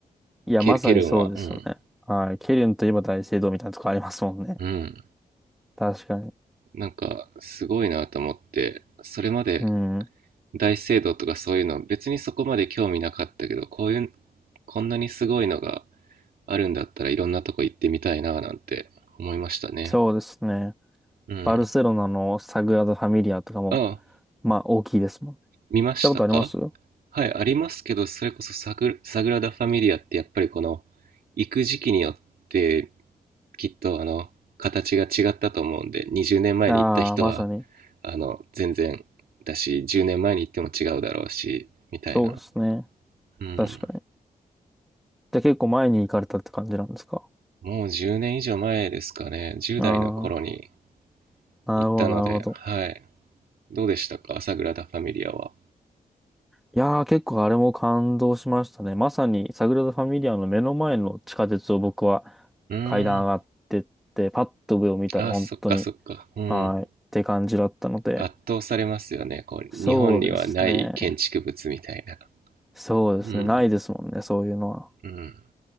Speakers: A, in the centre; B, on the right (about 85°).
A: いや、
B: ケルケルンはうん
A: まさにそうですよね。はい。ケルンといえば大聖堂みたいなとこありますもんね。
B: うん
A: 確かに。
B: なんかすごいなと思ってそれまで
A: うん。
B: 大聖堂とかそういうの別にそこまで興味なかったけどこういうこんなにすごいのがあるんだったらいろんなとこ行ってみたいななんて思いましたね
A: そうですね。
B: うん
A: バルセロナのサグラダ・ファミリアとかも、
B: ああ
A: まあ、大きいですもんね。
B: 見ましたか
A: 行ったことあります
B: はい、ありますけど、それこそサグ、サグラダ・ファミリアってやっぱりこの、行く時期によってきっとあの、形が違ったと思うんで、20年前に行った人は、
A: ああまさに。
B: あの、全然だし、10年前に行っても違うだろうし、みたいな。
A: そうですね。
B: うん。
A: 確かに。じゃあ結構前に行かれたって感じなんですか
B: もう10年以上前ですかね、10代の頃に
A: ああー、
B: 行ったので、
A: なるほど、なるほど。
B: はい。どうでしたか、サグラダ・ファミリアは。
A: いやー、結構あれも感動しましたね。まさに、サグラダ・ファミリアの目の前の地下鉄を僕は
B: うーん。
A: 階段上がってって、パッと上を見たら本当に、
B: あ、そっかそっか。うん。
A: はい、って感じだったので、
B: 圧倒されますよねこう日本にはない建築物みたいな
A: そうですね。そうですね。
B: うん
A: ないですもんね、そういうのは。
B: うん